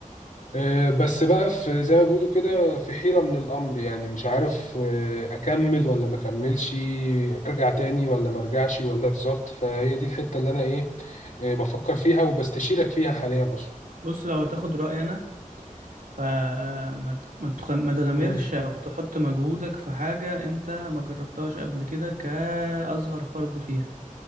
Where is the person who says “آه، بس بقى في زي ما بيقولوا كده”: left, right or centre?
Left